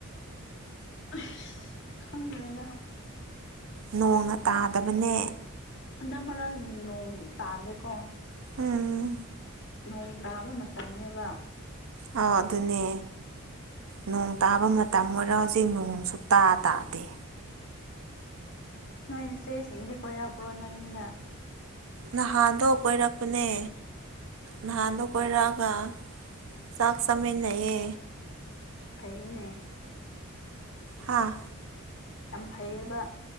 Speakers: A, on the left (about 55°); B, on the right (about 70°).
A: ꯑꯩꯁ ꯈꯪꯗ꯭ꯔꯦꯗ
B: ꯅꯣꯡꯅ ꯇꯥꯗꯕꯅꯦ
A: ꯍꯟꯗꯛ ꯃꯔꯛ ꯅꯣꯡ ꯇꯥꯗꯦꯀꯣ
B: ꯎꯝ
A: ꯅꯣꯡ ꯇꯥꯕ ꯃꯇꯝꯅꯦꯕ
B: ꯑꯥꯎ ꯑꯗꯨꯅꯦ ꯅꯣꯡ ꯇꯥꯕ ꯃꯇꯝ ꯑꯣꯏꯔ ꯍꯧꯖꯤꯛ ꯅꯣꯡꯁꯨ ꯇꯥ ꯇꯥꯗꯦ
A: ꯅꯣꯏ ꯏꯆꯦ ꯁꯤꯡꯗꯤ ꯀꯣꯏꯔꯛꯄ꯭ꯔꯣ ꯅꯣꯏ ꯌꯨꯝꯗ
B: ꯅꯍꯥꯟꯗꯣ ꯀꯣꯏꯔꯛꯄꯅꯦ ꯅꯍꯥꯟꯗꯣ ꯀꯣꯏꯔꯛꯑꯒ ꯆꯥꯛ ꯆꯥꯃꯤꯟꯅꯩꯌꯦ
A: ꯐꯩꯅꯦ
B: ꯍꯥꯥ
A: ꯌꯥꯝ ꯐꯩꯌꯦꯕ